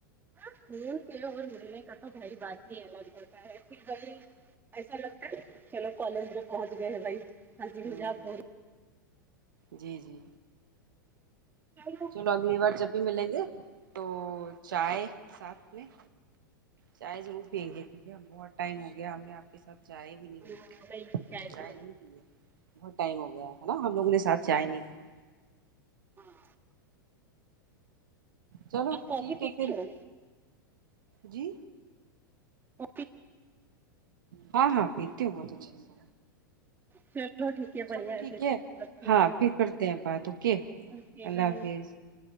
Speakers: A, on the right; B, on the right.
A: ہم سے اور ملنے کا تو بھائی بات ہی الگ ہوتا ہے پھر بی ایسا لگتا چلو کالج میں پہنچ گئے ہیں بھائی حاضر
B: ہوں
A: ہو جاؤ
B: ہوں جی جی
A: <unintelligible>
B: چالوں اگلی بار جب بھی ملیں گے تو چائے ساتھ میں چائے ضرور پییں گے کیونکہ ہم بہت ٹائم ہو گیا ہمیں آپ کے ساتھ چائے بھی نہیں
A: بھائی
B: ہوتی
A: کیا ہے
B: چائے
A: تو
B: نہیں پی ہے بہت ٹائم ہو گیا ہے نا ہم لوگوں نے ساتھ چائے نہیں کی
A: ہاں
B: چلو
A: آپ کافی
B: ٹھیک
A: پیتی
B: ہے پھر
A: ہو
B: جی
A: کافی
B: ہاں ہاں پیتی ہوں بہت اچھے سے
A: سر چلو ٹھیک ہے بڑھیاہے
B: چلو ٹھیک
A: پھر
B: ہے
A: اوکے
B: ہاں
A: نا
B: پھر کرتے ہیں بات اوکے
A: اوکے
B: اللہ
A: بائے
B: حافظ